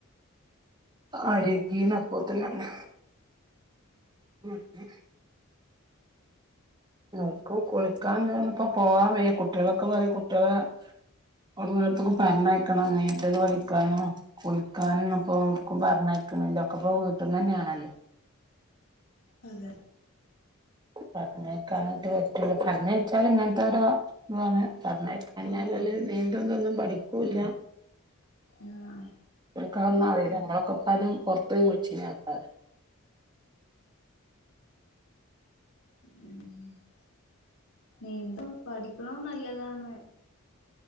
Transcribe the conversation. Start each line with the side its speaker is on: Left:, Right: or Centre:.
Right: അഴ്കീണ് അപ്പോത്തിനെന്നെ <unintelligible> ഇൻക്കും കുളിക്കാനുതിനൊന്നുപ്പം പോവാൻ വയ്യ, കുട്ട്യളൊക്കെ പറയും കുട്ട്യളേ ഔട്ന്നേട്ത്ത്ക്കും പർഞ്ഞേക്കണം, നീന്തല് പഠിക്കാനും കുളിക്കാനൊന്നുപ്പൊ ഓട്ക്കും പർഞ്ഞേക്ക്ണ്ല്ല ഒക്കെപ്പോ വീട്ട്ന്നെന്നേണല്ലൊ.
Left: അതെ.
Right: പർഞ്ഞേക്കാനെറ്റെ പറ്റൂല്ല, പർഞ്ഞേച്ചാല് ഇങ്ങൻത്തോരോ ഇതാണ് പർഞ്ഞേക്ക ഞ്ഞാല്
Left: ഉം
Right: ഓല്
Left: ഉം ഉം
Right: നീന്തും തൊന്നും പഠിക്കൂല്ല.
Left: ആഹ്.
Right: ഓൽക്കതൊന്നു അറീല. നമ്മളൊക്കെപ്പാദ്യം പൊർത്തോയി കുൾച്ചീനൊക്കെ
Left: ഉം നീന്തം പഠിക്ക്ണോം നല്ലതാണ്.